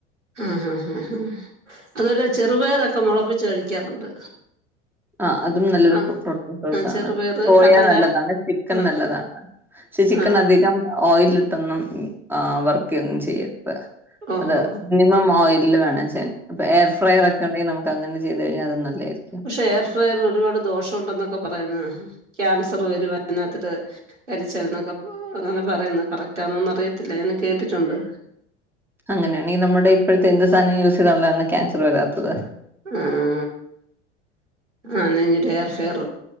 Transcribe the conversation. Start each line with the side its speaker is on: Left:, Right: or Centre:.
Right: ആ ഹാ ഹ ഹ അതുപോലെ ചെറുപയറൊക്കെ മൊളപ്പിച്ച് കഴിക്കാറുണ്ട്.
Centre: ആഹ് അതും നല്ലൊരു
Right: ആ
Centre: പ്രൊ പ്രൊട്ടിൻ സോസാണ്.
Right: ആ ചെറുപയറ്
Centre: സോയ
Right: കടല
Centre: നല്ലതാണ്. ചിക്കൻ
Right: ആ
Centre: നല്ലതാണ്. ക്ഷേ ചിക്കൻ
Right: ആ
Centre: അധികം ഓയിലിട്ടൊന്നും അ വറക്കയൊന്നും ചെയ്യരുത്.
Right: ഓഹോ
Centre: അത്
Right: ഹോ.
Centre: നി മം ഓയിലിൽ വേണം ചെയാൻ. അപ്പൊ എയർ ഫ്രയർ ഒക്കെ ഉണ്ടെങ്കി നമുക്കങ്ങനെ ചെയ്ത് കഴിഞ്ഞാ അത് നല്ലായിരിക്കും.
Right: ക്ഷെ എയർ ഫ്രയർ ഒരുപാട് ദോഷം ഉണ്ടെന്നൊക്കെ പറയുന്നു. ക്യാൻസർ വരും അതിനകത്ത് ട്ട് കരി ച്ചാൽ ന്നൊക്കെ അങ്ങനെ പറയുന്നു. കറക്ടാണോന്ന റിയത്തില്ല. അങ്ങനെ കേട്ടിട്ടുണ്ട്.
Centre: അങ്ങനെയാണെ നമ്മുടെ ഇപ്പഴ്ത്തെ എന്ത് സാനം യൂസെയ്താലാണ് ക്യാൻസർ വരാത്തത്?
Right: ആഹ്. ആഹ് ന്നാ ഞ്ഞി ഒരുഎയർ ഫ്രെയർ